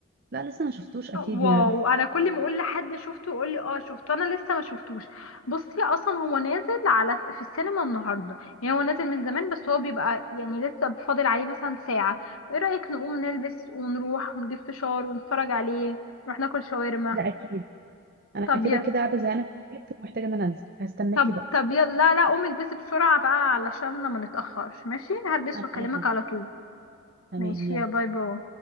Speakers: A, on the right; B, on the left.
A: لا لسه ما شفتوش اكيد
B: واو
A: يعني
B: انا كل ما اقول لحد شفته يقول لي اه شفته انا لسه ما شفتوش بصي اصلا هو نازل على في السينما النهارده يعني هو نازل من زمان بس هو بيبقى يعني لسه فاضل عليه مثلا ساعه ايه رايك نقوم نلبس ونروح ونجيب فشار ونتفرج عليه نروح ناكل شاورما
A: لا اكيد انا
B: طب
A: كده
B: ي...
A: كده قاعدة زهقانة في البيت ومحتاجة ان انا انزل هستناكي
B: طب
A: بقى
B: طب يلا لا لا قومي البسي بسرعه بقى علشان ما نتاخرش ماشي هلبس
A: انا
B: واكلمك
A: ايوه
B: على طول
A: تمام
B: ماشي
A: يلا
B: يا باي باي